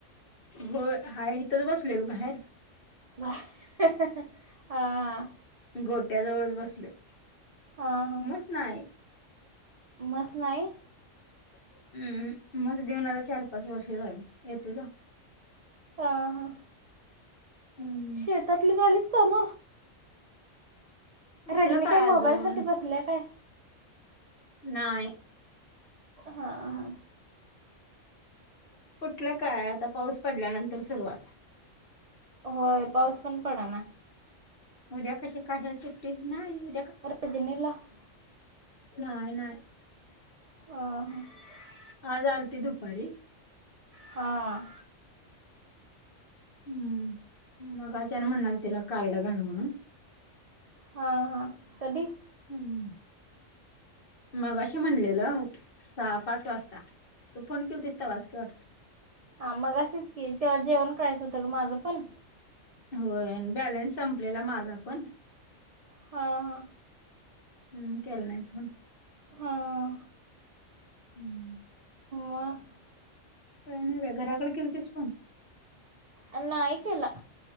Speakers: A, on the left; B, on the right.
A: होय हाय इथच बसलोय ग बाहेर.
B: बाहेर हा, हा.
A: गोट्या जवळच बसलोय
B: हां हां
A: म्हस नाही.
B: म्हस नाही.
A: हम्म म्हस देऊन आता चार-पाच वर्ष झाली, येतो जा
B: आ, हा,
A: हम्म
B: शेतातली झालीत काम.
A: कुठलं
B: रजनी काय मोबाईल
A: अजून
B: साठी बसल्या काय.
A: नाही.
B: हा, हा.
A: कुठलं काय आता पाऊस पडल्यानंतर सुरुवात.
B: होय पाऊस पण पडना
A: उद्या कशी कशाची सुट्टी नाही.
B: अ तनला <unintelligible>
A: नाहीय नाय.
B: अ.
A: आज आलती दुपारी.
B: हा.
A: हम्म मग अचानक म्हणाली तिला कार्ड घाल म्हणून.
B: हा, हा कधी.
A: हम्म. मगाशी म्हणलेलं सहा-पाच वाजता, तू फोन केलतीस तेव्हा च की वाटत.
B: हा मगाशी च की तेव्हा जेवण करायचं होतं ग माझं पण.
A: होय आणि बॅलन्स संपलेला माझा पण.
B: हा हा.
A: हम्म केलं नाही फोन.
B: हां
A: हम्म.
B: मग
A: काही नाही बाई. घराकडे केलतीस फोन?
B: अ नाही केला.